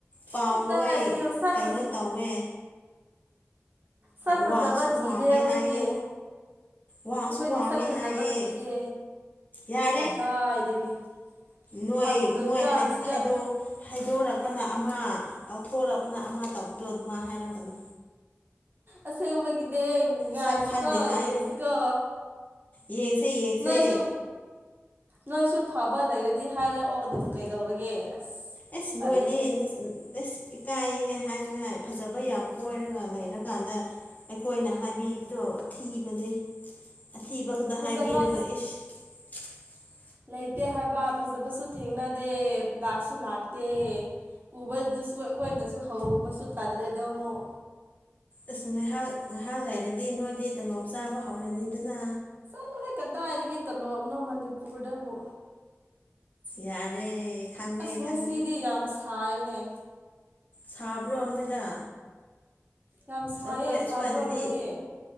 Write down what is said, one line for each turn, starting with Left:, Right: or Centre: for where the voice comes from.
Left: ꯄꯥꯎ
Right: ꯀꯗꯥꯏꯗꯒꯤ
Left: ꯂꯣꯏ
Right: ꯃꯁꯛ
Left: ꯀꯩꯅꯣ
Right: ꯐꯖ
Left: ꯇꯧꯋꯦ
Right: ꯁꯛ ꯐꯖꯕ
Left: ꯋꯥꯡꯁꯨ
Right: ꯊꯤꯗꯦ
Left: ꯋꯥꯡꯉꯦ
Right: ꯑꯩꯈꯣꯏꯗꯤ
Left: ꯍꯥꯏꯌꯦ ꯋꯥꯡꯁꯨ
Right: ꯑꯩꯈꯣꯏꯗꯤ
Left: ꯋꯥꯡꯉꯦ
Right: ꯁꯛ ꯐꯖꯕ
Left: ꯍꯥꯏꯌꯦ
Right: ꯊꯤꯗꯦ
Left: ꯌꯥꯔꯦ
Right: ꯀꯗꯥꯏꯗꯒꯤ
Left: ꯅꯣꯏ
Right: ꯐꯪꯗꯣꯔꯤꯀꯥꯟꯁꯤꯗ
Left: ꯅꯣꯏ ꯍꯥꯏ ꯍꯥꯏꯗꯣ ꯍꯩꯗꯣꯔꯛꯄꯅ ꯑꯃ ꯇꯧꯊꯣꯔꯛꯄꯅ ꯑꯃ ꯇꯧꯕꯗꯣ ꯑꯗꯨꯃꯥꯏ ꯍꯥꯏꯔꯛꯀꯥꯅꯨ
Right: ꯑꯁꯦꯡꯕꯒꯤꯅꯦ ꯉꯥꯏꯁꯤꯀꯣ
Left: ꯁꯛ ꯈꯟꯗꯦ ꯍꯥꯏ
Right: ꯌꯦꯡꯁꯤꯀꯣ
Left: ꯌꯦꯡꯁꯦ ꯌꯦꯡꯁꯦ
Right: ꯅꯣꯏꯁꯨ ꯅꯣꯏꯁꯨ ꯐꯕ ꯂꯩꯔꯗꯤ ꯍꯥꯏꯔꯛꯑꯣ ꯑꯗꯨꯝ ꯀꯩꯗꯧꯔꯒꯦ ꯑꯁ
Left: ꯑꯦꯁ
Right: ꯇꯜꯂꯦꯍꯦ
Left: ꯅꯣꯏꯗꯤ ꯑꯦꯁ ꯏꯀꯥꯏꯍꯦ ꯍꯥꯏꯅꯤꯡꯉꯥꯏ ꯐꯖꯕ ꯌꯥꯝ ꯀꯣꯏꯔꯒ ꯂꯩꯔꯀꯥꯟꯗ ꯑꯩꯈꯣꯏꯅ ꯍꯥꯏꯕꯤꯕꯗꯣ ꯑꯊꯤꯕꯅꯦ ꯑꯊꯤꯕ ꯈꯛꯇ
Right: ꯐꯖꯕ
Left: ꯍꯥꯏꯕꯤꯔꯒ ꯏꯁ <unintelligible>
Right: ꯂꯩꯇꯦ ꯍꯥꯏꯕ ꯐꯖꯕꯁꯨ ꯊꯦꯡꯅꯗꯦ ꯂꯥꯛꯁꯨ ꯂꯥꯛꯇꯦ ꯎꯕꯗꯨꯁꯨ ꯑꯩꯈꯣꯏꯅꯁꯨ ꯍꯧꯔꯨꯕꯁꯨ ꯇꯜꯂꯦꯗꯣ ꯑꯃꯨꯛ
Left: ꯑꯁ ꯉꯥꯏꯍꯥꯛ ꯉꯥꯏꯍꯥꯛ ꯂꯩꯔꯗꯤ ꯅꯣꯏꯗꯤ ꯇꯂꯣꯞ ꯆꯥꯕ ꯍꯧꯔꯅꯤ ꯑꯗꯨꯅ
Right: ꯆꯠꯂꯨꯍꯦ ꯀꯗꯥꯏꯗꯒꯤ ꯇꯜꯂꯣꯑꯕꯅꯣ ꯃꯅꯤꯄꯨꯔꯗꯕꯨ
Left: ꯌꯥꯔꯦ ꯈꯪꯉꯦ
Right: ꯑꯁ
Left: ꯈꯪꯉꯦ
Right: ꯉꯁꯤꯗꯤ ꯌꯥꯝ ꯁꯥꯏꯅꯦ
Left: ꯁꯥꯕ꯭ꯔꯣ ꯅꯣꯏꯗ
Right: ꯌꯥꯝ ꯁꯥꯏꯌꯦ
Left: ꯑꯩꯈꯣꯏ
Right: ꯁꯥꯗ꯭ꯔꯣ
Left: ꯁ꯭ꯋꯥꯏꯗꯗꯤ
Right: ꯅꯣꯏꯗꯤ